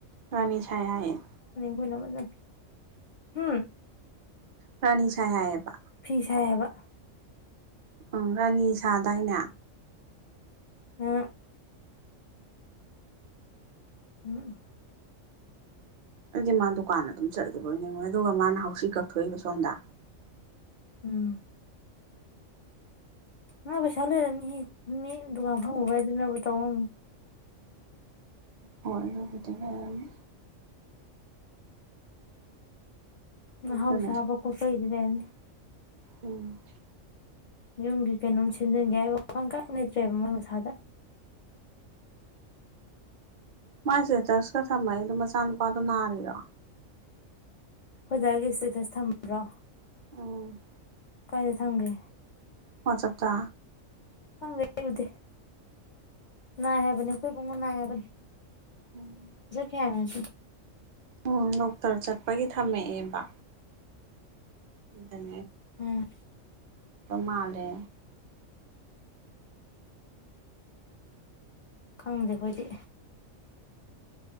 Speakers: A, on the right; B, on the left.
A: ꯔꯥꯅꯤꯁ ꯍꯥꯏꯌꯦ
B: <inaudible>
A: ꯔꯥꯅꯤ ꯁꯥꯏ ꯍꯥꯏꯑꯌꯦꯕ
B: ꯐꯤ ꯁꯥꯏ ꯍꯥꯏꯕ
A: ꯎꯝ ꯔꯥꯅꯤ ꯁꯥꯗꯥꯏꯅꯦ
B: ꯎꯝ ꯎꯝ
A: ꯑꯩꯗꯤ ꯃꯥ ꯗꯨꯀꯥꯟ ꯑꯗꯨꯝ ꯆꯠꯂꯤꯕꯣꯏ ꯅꯤꯡꯉꯦ꯫ ꯑꯗꯨꯒ ꯃꯥꯅ ꯍꯧꯁꯤ ꯀꯛꯊꯣꯛꯏꯕ ꯁꯣꯝꯗ
B: ꯎꯝ ꯃ ꯄꯩꯁꯥ ꯂꯩꯔꯝꯅꯤ ꯍꯦ ꯃꯤ ꯗꯨꯀꯥꯟ ꯐꯝꯃꯨꯕꯩ ꯑꯗꯨꯅꯕꯨ ꯇꯧ ꯉꯝꯃꯤꯅꯤ
A: ꯍꯣꯏ ꯑꯗꯨꯕꯨꯗꯤ ꯂꯩꯔꯝꯅꯤ ꯑꯗꯨꯅ
B: ꯍꯧꯁꯥ ꯍꯥꯕ ꯀꯣꯠꯄꯒꯤꯗꯤ ꯂꯩꯔꯝꯅꯤ
A: ꯎꯝ
B: ꯌꯨꯝꯒꯤ ꯀꯩꯅꯣꯝ ꯁꯦꯝꯖꯤꯟꯒꯦ ꯍꯥꯏꯕ ꯋꯥꯈꯜ ꯀꯩꯝ ꯂꯩꯇ꯭ꯔꯦꯕ ꯃꯣꯏ ꯃꯁꯥꯗ
A: ꯃꯥꯏ ꯏꯁꯇꯦꯇꯁꯀ ꯊꯝꯃꯛ ꯏꯗꯣ ꯃꯆꯥꯅꯨꯄꯥꯗꯣ ꯅꯥꯔꯤꯔꯣ
B: ꯑꯩꯈꯣꯏ ꯗꯥꯒꯤ ꯢꯁꯇꯦꯇꯁ ꯊꯝꯕ꯭ꯔꯣ
A: ꯎꯝ
B: ꯀꯥꯏꯗ ꯊꯝꯒꯦ
A: ꯋꯥꯆꯞꯇꯥ
B: ꯈꯪꯗꯦ ꯑꯩ ꯎꯗꯦ ꯅꯥꯏ ꯍꯥꯏꯕꯅꯤ ꯑꯩꯈꯣꯏ ꯄꯨꯡꯉꯣ ꯅꯥꯏ ꯍꯥꯏꯕꯅꯤ
A: ꯎꯝ
B: ꯍꯅꯁꯨ <unintelligible>
A: ꯎꯝ ꯗꯣꯛꯇꯔ ꯆꯠ ꯄꯒꯤ ꯊꯝꯃꯛꯑꯦꯕ ꯎꯝ
B: ꯑꯥ
A: <inaudible> ꯃꯥꯜꯂꯦ
B: ꯈꯪꯗꯦ ꯑꯩꯈꯣꯏꯗꯤ